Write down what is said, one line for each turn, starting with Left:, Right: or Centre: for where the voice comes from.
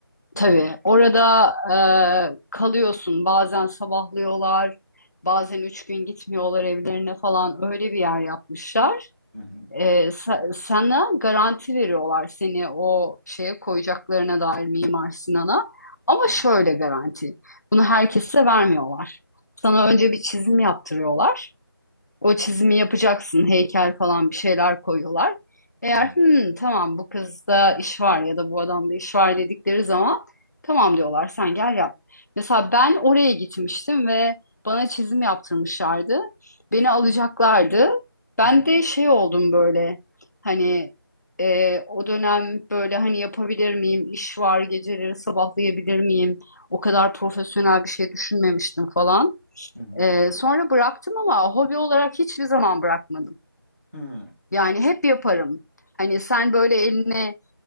Centre: Hı
Left: Tabii
Centre: hı
Left: orada e, kalıyorsun. Bazen sabahlıyorlar, bazen üç gün gitmiyorlar evlerine falan. Öyle bir yer yapmışlar
Centre: hı hı
Left: e, sa- sana garanti veriyorlar seni o şeye koyacaklarına dair Mimar Sinan'a. Ama
Centre: hı
Left: şöyle garanti. Bunu herkese vermiyorlar. Sana
Centre: hı
Left: önce bir çizim yaptırıyorlar. O çizimi yapacaksın, heykel falan bir şeyler koyuyorlar. Eğer
Centre: hı
Left: "Hmm, tamam bu kızda iş var ya da bu adamda iş var dedikleri zaman tamam diyorlar sen gel yap. Mesela ben oraya gitmiştim ve bana çizim yaptırmışlardı. Beni alacaklardı. Ben
Centre: hı
Left: de şey oldum böyle hani e, o dönem böyle hani yapabilir miyim, iş var geceleri sabahlayabilir miyim? O kadar profesyonel bir şey düşünmemiştim falan.
Centre: hı
Left: Ee, sonra bıraktım ama hobi olarak hiçbir zaman bırakmadım.
Centre: hı.
Left: Yani hep yaparım. Hani sen böyle eline